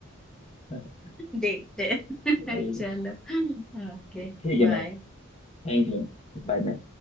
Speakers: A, on the left; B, in the centre.
A: <laughs>
B: देखते हैं
A: चलिए
B: <laughs> चलो ओके
A: ठीक
B: बाय
A: है ma'am Thank you Bye ma'am